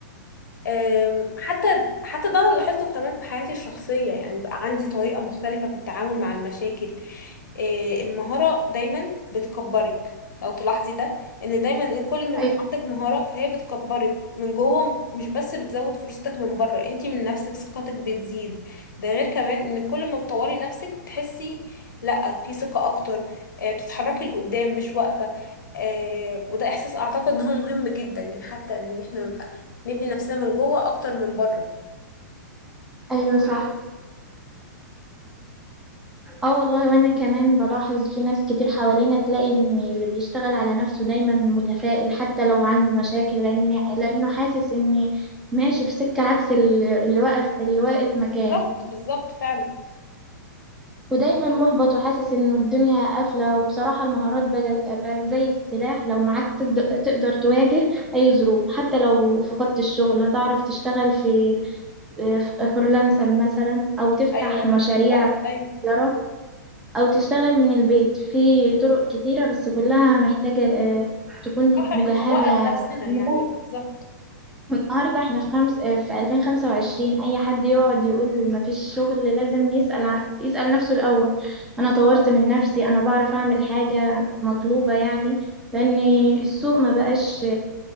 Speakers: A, on the left (about 75°); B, in the centre.
A: أم، حتى حتى ده أنا لاحظته كمان في حياتي الشخصية يعني بقى عندي طريقة مختلفة في التعامل مع المشاكل إيه، المهارة دايما بتكبرك لو تلاحظي ده ان دايما كل ما بيبقى
B: ايوه
A: عندك مهارة فهي بتكبرك من جوه مش بس بتزود فرصتك من بره انتي من نفسك ثقتك بتزيد ده غير كمان ان كل ما بتطوري نفسك بتحسي لا في ثقة اكتر آه، بتتحركي لقدام مش واقفة آه، وده احساس اعتقد ان هو مهم جدا يعني حتى ان احنا نبني نفسنا من جوه اكتر من بره
B: أيوة صح اه والله وانا كمان بلاحظ في ناس كتير حوالينا تلاقي ان اللي بيشتغل على نفسه دايما متفائل حتى لو عنده مشاكل لان لانه حاسس ان ماشي في سكة عكس اللي اللي واقف اللي واقف مكانه
A: بالظبط بالظبط فعلا
B: ودايما محبط وحاسس انه الدنيا قافلة وبصراحة المهارات بقت بقت زي السلاح لو معاك تقد- تقدر تواجه اي ظروف حتى لو فقدت الشغل هتعرف تشتغل في في فريلانسر مثلا او تفتح
A: ايوه
B: مشاريع
A: بالظبط ايوه
B: تجارة او تشتغل من البيت في طرق كتيرة بس كلها محتاجة آه، تكون
A: صح احنا
B: مجهزة
A: مش هنوقف نفسنا
B: مجهزة
A: يعني بالظبط
B: والنهاردة احنا في خمس اه، في 2025 أي حد يقعد يقول مفيش شغل لازم يسأل ع- يسأل نفسه الأول أنا طورت من نفسي أنا بعرف أعمل حاجة مطلوبة يعني لأن السوق ما بقاش